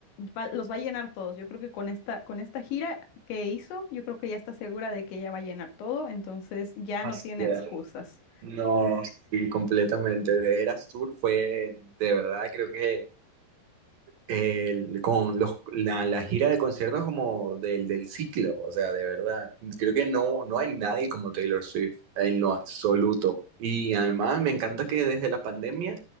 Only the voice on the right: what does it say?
Así
es.
No, sí, completamente. De Eras Tour fue, de verdad, creo que... el- con los, la, la gira de conciertos como del, del ciclo, o sea, de verdad. Creo que no, no hay nadie como Taylor Swift en lo absoluto. Y además me encanta que desde la pandemia